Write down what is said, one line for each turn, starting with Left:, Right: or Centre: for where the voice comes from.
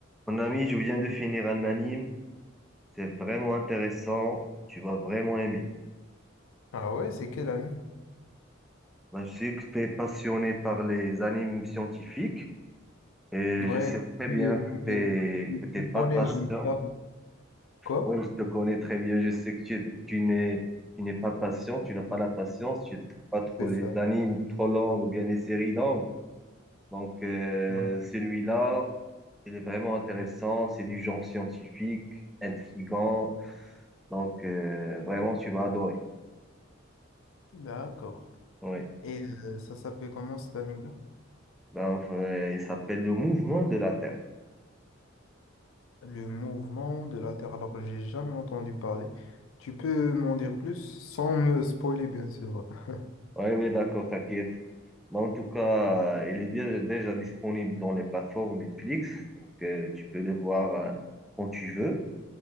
Centre: Mon ami, je viens de finir un anime. C'est vraiment intéressant. Tu vas vraiment aimer.
Left: Ah ouais, c'est quel ami?
Centre: Ben, je sais que tu es passionné par les animes scientifiques et
Left: Ouais,
Centre: je sais très bien
Left: mais,
Centre: que
Left: mais
Centre: tu
Left: tu
Centre: que t'es
Left: me
Centre: pas
Left: connais,
Centre: patient.
Left: j'aime pas. Quoi?
Centre: Oui, je te connais très bien. Je sais que tu, tu n'es, tu n'es pas patient. Tu n'as pas la patience. Tu n'aimes pas trop
Left: C'est
Centre: les
Left: ça.
Centre: animes trop longues ou bien les séries longues. Donc, euh,
Left: Non.
Centre: celui-là, il est vraiment intéressant. C'est du genre scientifique, intriguant. Donc, euh, vraiment, tu vas adorer.
Left: D'accord.
Centre: Oui.
Left: Et euh, ça s'appelle comment cet anime-là?
Centre: Donc, euh, il s'appelle le mouvement de la Terre.
Left: Le mouvement de la Terre. Alors, j'ai jamais entendu parler. Tu peux m'en dire plus sans me spoiler, bien sûr. <laughs>
Centre: Oui, oui, d'accord, t'inquiète. Mais en tout cas, euh, il est dé- déjà disponible dans les plateformes Netflix. Donc, euh, tu peux le voir euh, quand tu veux.